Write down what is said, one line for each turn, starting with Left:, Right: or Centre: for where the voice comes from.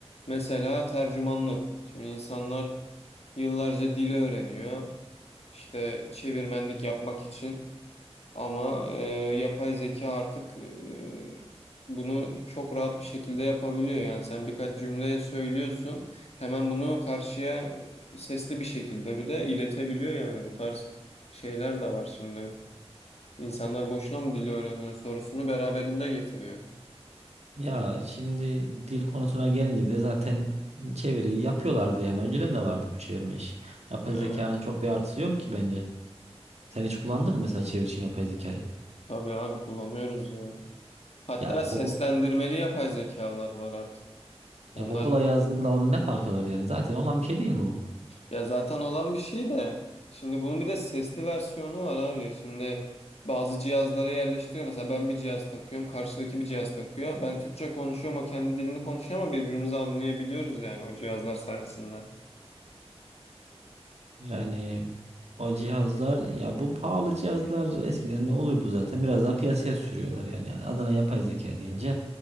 Left: Mesela tercümanlık. Şimdi insanlar yıllarca dili öğreniyor. İşte çevirmenlik yapmak için. Ama e, yapay zeka artık e, bunu çok rahat bir şekilde yapabiliyor. Yani sen birkaç cümle söylüyorsun. Hemen bunu karşıya sesli bir şekilde bir de iletebiliyor yani bu tarz şeyler de var şimdi. İnsanlar boşuna mı dili öğreniyor sorusunu beraberinde getiriyor.
Right: Ya şimdi dil konusuna gelince de zaten çeviriyi yapıyorlardı yani. Önceden de vardı bu çevirme işi. Yapay
Left: Evet.
Right: zekanın çok bir artısı yok ki bence. Sen hiç kullandın mı mesela çeviri için yapay zekayı?
Left: Tabii abi kullanıyoruz ya. Hatta
Right: Ya Google,
Left: seslendirmeli yapay zekalar var artık. Onlar
Right: ya Google'a yazdığınla onun ne farkı var yani? Zaten olan bir şey değil mi bu?
Left: ya zaten olan bir şey de şimdi bunun bir de sesli versiyonu var abi. Şimdi bazı cihazlara yerleştiriyor. Mesela ben bir cihaz takıyorum, karşıdaki bir cihaz takıyor. Ben Türkçe konuşuyorum, o kendi dilini konuşuyor ama birbirimizi anlayabiliyoruz yani o cihazlar sayesinde.
Right: Yani o cihazlar ya bu pahalı cihazlar eskiden ne olurdu zaten biraz daha piyasaya sürüyorlar yani adına yapay zeka deyince